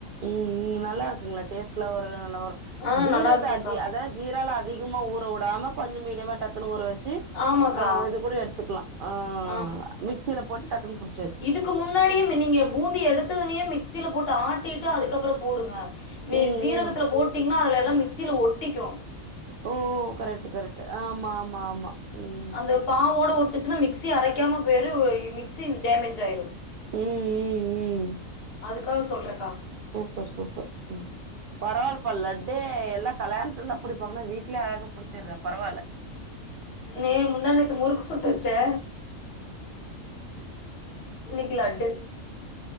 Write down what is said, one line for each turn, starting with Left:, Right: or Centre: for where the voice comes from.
Right: உம் ம் நல்லா இருக்குங்ளா டேஸ்ட்லாம் வரும் நல்லா
Left: ஆ
Right: ஜீரக
Left: நல்லா இருக்குங்க்கா
Right: ஜீரால அதிகமா ஊற வுடாம கொஞ்சம் மீடியமா டக்குனு ஊற வச்சு
Left: ஆமாக்கா
Right: ஆ இது கூட எடுத்துக்லாம் ஆ
Left: ஆமா
Right: மிக்சில போட்டு டக்குனு பிடிச்
Left: இதுக்கு முன்னாடிய நீங்க பூந்தி எடுத்ததுமே மிக்சில போட்டு ஆட்டிட்டு அதுக்கப்றம் போடுங்க நீங்
Right: ம்
Left: சீரகத்துல
Right: ம்
Left: போட்டீங்னா அதுல எல்லா மிக்சில ஒட்டிக்கும்
Right: ஓ கரெக்ட் கரெக்ட் ஆமா ஆமா ஆமா உம்
Left: அந்த பாவோட ஒட்டுச்சுனா மிக்சி அரைக்காம போய்ரு மிக்சி டேமேஜ் ஆயிரும்
Right: ம் ம் ம்
Left: அதுக்காக சொல்றேக்கா
Right: சூப்பர் சூப்பர் உம் பரவாயில்லப்பா லட்டே எல்லாம் கல்யாணத்துல தான் புடிப்பாங்க வீட்லேய அழகா புடிச்சுட்றே பரவால்ல
Left: மே முந்தாணேத்து முறுக்கு சுட்டு வச்சே இன்னைக்கு லட்டு